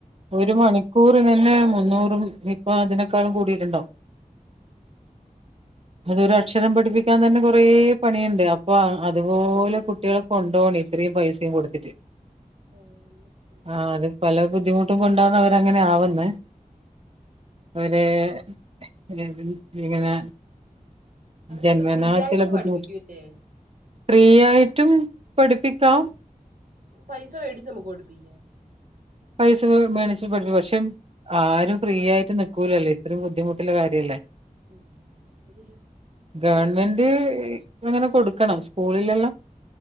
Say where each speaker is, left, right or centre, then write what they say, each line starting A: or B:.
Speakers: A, on the right; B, on the right.
A: ഒരു
B: ആഹ്
A: മണിക്കൂർനെ തന്നെ മുന്നൂറും ഇപ്പൊ അതിന ക്കളും കുടിയിട്ടുണ്ടാവും. അതൊരു അക്ഷരം പഠിപ്പിക്കാൻ തന്നെ കൊറ പണിയുണ്ട് അപ്പൊ ആ അതുപോലെ കുട്ടികൾ കൊണ്ടൊണ് ഇത്രയും പൈസയും കൊടുത്തിട്ട്
B: ആ എന്നിട്ട്
A: ആ
B: ഉം
A: അത് പല ബുദ്ധിമുട്ടും കൊണ്ടാണ് അവർ അങ്ങനെ ആവുന്ന. അവര് <unintelligible> ഇങ്ങനെ
B: അവർക്കെന്താ
A: ജന്മന
B: ഫ്രീ ആയിട്ട്
A: ചില ബുദ്ധിമുട്ട്
B: പഠിപ്പിക്കൂല്ലേ
A: ഫ്രീ ആയിട്ടും പഠിപ്പിക്കാം.
B: പൈസ വേട്ടച്ച് നമ്മുക്ക് പഠിപ്പിക്കം.
A: പൈസ വെ മേണിച്ചിട്ട പാടുപികം പക്ഷെ ആരും ഫ്രീ ആയിട്ട് നികുലല്ലോ ഇത്രയും ബുദ്ധിമുട്ടുള്ള കാര്യല്ലേ.
B: ഉം ആ ശരി
A: ഗവൺമെന്റ് അങ്ങനെ കൊടുക്കണം സ്കൂളിലെല്ലാം.